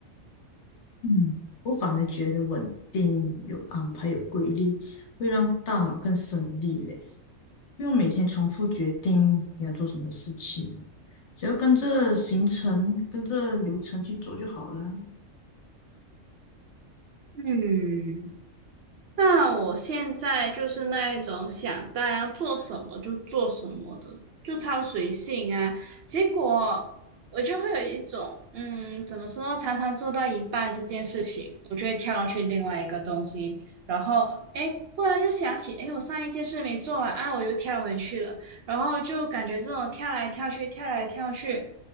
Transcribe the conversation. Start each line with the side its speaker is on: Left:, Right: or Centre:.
Left: 嗯，我反而觉得稳定、有安排、有规律，会让大脑更省力嘞，不用每天重复决定你要做什么事情。只要跟着行程、跟着流程去走就好了。
Right: 嗯，那我现在就是那一种想到要做什么就做什么的，就超随性啊。结果我就会有一种，嗯，怎么说，常常做到一半这件事情，我就会跳去另外一个东西，然后，诶，忽然又想起，诶，我上一件事没做完啊，我又跳回去了。然后就感觉这种跳来跳去、跳来跳去，